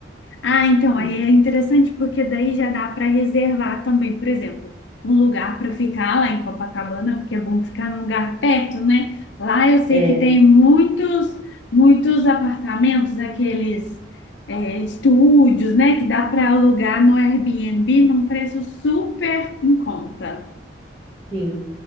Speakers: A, on the left; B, on the right.
A: Ah, então, aí
B: Enfim.
A: é interessante porque daí já dá para reservar também, por exemplo, um lugar para ficar lá em Copacabana, porque é bom ficar num lugar perto, né? Lá eu sei
B: É,
A: que tem muitos, muitos apartamentos, aqueles é, estúdios, né? Que dá para alugar no Airbnb num preço super em conta.
B: sim.